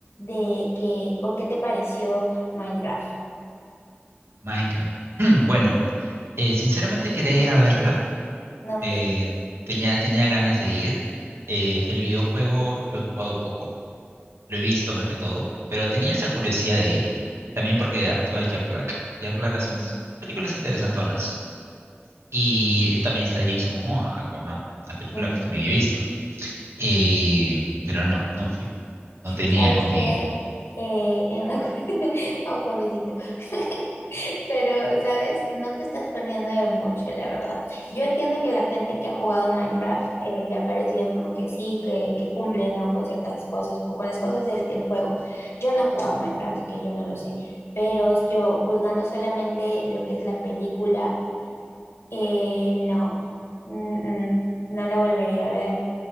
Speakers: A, on the left (about 90°); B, on the right (about 80°).
A: de que, o qué te pareció Minecraft.
B: Minecraft. <clears throat> Bueno, eh, sinceramente quería ir a verla.
A: No
B: eh,
A: fuiste.
B: tenía, tenía ganas de ir. eh, el videojuego lo he jugado poco. Lo he visto más que todo, pero tenía esa curiosidad de ir. También porque actúa Jack Black. Jack Black
A: Ujú,
B: hace unas películas interesantonas. Y eh, también está Jason Momoa, Aquaman, las películas
A: ujú.
B: que también he visto. Eh, pero no, no fui. No tenía
A: ¿Sabes
B: con quién
A: qué?
B: ir.
A: Eh, en- <laughs> Oh, pobrecito. <laughs> Pero, ¿sabes? No te estás perdiendo de mucho, la verdad. Yo entiendo que la gente que ha jugado Minecraft eh, le ha parecido como que sí, que, que cumple, ¿no? Con ciertas cosas, o con las cosas del, del juego. Yo no he jugado Minecraft, así que yo no lo sé. Pero yo, juzgando solamente lo que es la película, Eh, no, Mm, mm, no la volvería a ver,